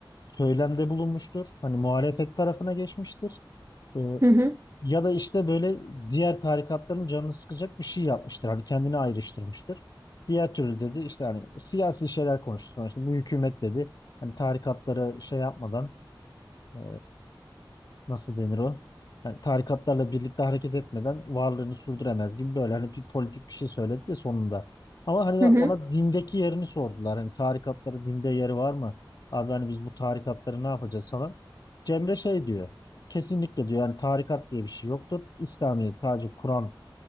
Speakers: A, on the left; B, on the right.
A: söylemde bulunmuştur, hani muhalefet tarafına geçmiştir. Ee,
B: Hı hı.
A: ya da işte böyle diğer tarikatların canını sıkacak bir şey yapmıştır, hani kendini ayrıştırmıştır. Diğer türlü dedi işte hani siyasi şeyler konuştu sonuçta bu hükümet dedi. Hani tarikatlara şey yapmadan e, nasıl denir o? Yani tarikatlarla birlikte hareket etmeden varlığını sürdüremez gibi böyle hani bir politik bir şey söyledi de sonunda. Ama hani
B: Hı hı.
A: ona dindeki yerini sordular. Hani tarikatların dinde yeri var mı? Abi hani biz bu tarikatları ne yapacağız falan. Cemre şey diyor. Kesinlikle diyor yani tarikat diye bir şey yoktur. İslamiyet sadece Kur'an